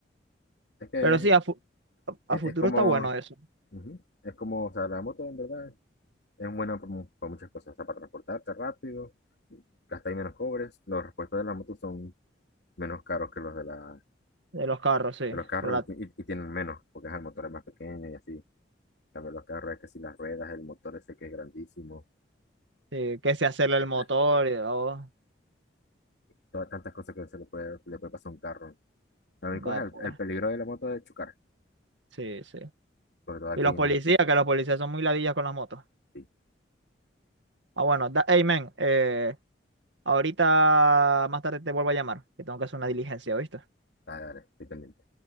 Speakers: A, on the left (about 65°); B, on the right (about 85°).
A: Es que
B: Pero
A: es,
B: sí, a, fu-
A: es-
B: a futuro
A: es como,
B: está bueno eso,
A: ujú, es como, o sea, la moto en verdad es buena por, mu- por muchas cosas. O sea, para transportarte rápido, gastáis menos cobres. Los repuestos de la moto son menos caros que los de la,
B: de los carros, sí,
A: de los carros
B: rela-
A: y, ti- y- y tienen menos, porque ajá, el motor es más pequeño y así. Cambio los carros, es que si las ruedas, el motor ese que es grandísimo,
B: Sí, que se hacerle el motor
A: la-
B: y oh,
A: todas tantas cosas que se le puede, le puede pasar a un carro. Lo único
B: va
A: es
B: pues.
A: el, el peligro de la moto de chocar,
B: Sí, sí.
A: sobre todo aquí
B: Y los
A: en...
B: policías, que los policías son muy ladillas con las motos.
A: Sí,
B: Ah, bueno, da, hey, men, eh, ahorita más tarde te vuelvo a llamar, que tengo que hacer una diligencia, ¿viste?
A: dale, dale, estoy pendiente.